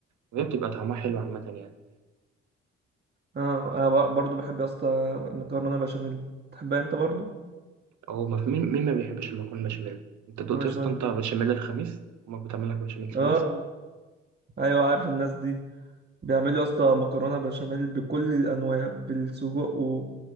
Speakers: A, on the right; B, on the right.
A: وهي بتبقى طعمها حلو عامة يعني
B: اه انا ب- برضو بحب يا اسطى مكرونه بشاميل تحبها انت برضو
A: هو ما في مين مين ما بيحبش المكرونة بشاميل انت دقت
B: مكرونة
A: يا
B: بشاميل
A: اسطى انت
B: دي
A: بشاميل الخميس امك بتعمل لك بشاميل الخميس
B: <laughs> اه ايوه عارف الناس دي بيعملوا يا اسطى مكرونه بشاميل بكل الانواع بالسجق و